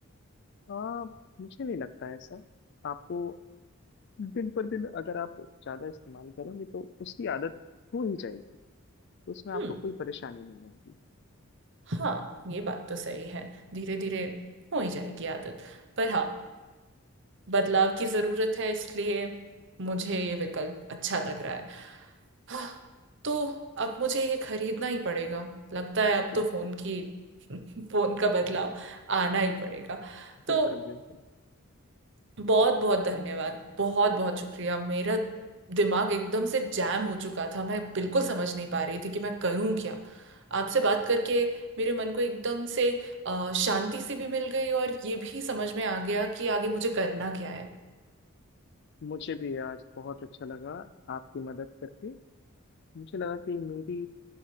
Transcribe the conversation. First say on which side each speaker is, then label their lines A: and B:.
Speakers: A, on the left; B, on the right.
A: आ, मुझे नहीं लगता है ऐसा आपको दिन पर दिन अगर आप ज्यादा इस्तेमाल करेंगे तो उसकी आदत हो ही जाएगी तो उसमें आपको
B: हम्म
A: कोई परेशानी नहीं आएगी
B: हाँ ये बात तो सही है धीरे धीरे हो ही जाएगी आदत पर हाँ बदलाव की जरूरत है इसलिए मुझे ये विकल्प अच्छा लग रहा है हाँ, तो अब मुझे ये खरीदना ही पड़ेगा लगता है
A: बिल्कुल
B: अब तो फोन की <laughs> फोन का बदलाव आना ही पड़ेगा
A: बिल्कुल
B: तो
A: बिल्कुल
B: बहुत बहुत धन्यवाद बहुत बहुत शुक्रिया मेरा दिमाग एकदम से जैम हो चुका था मैं बिल्कुल समझ नहीं पा रही थी कि मैं करूं क्या आपसे बात करके मेरे मन को एकदम से अ, शांति सी भी मिल गई और ये भी समझ में आ गया कि आगे मुझे करना क्या है
A: मुझे भी आज बहुत अच्छा लगा आपकी मदद करके मुझे लगा कि मेरी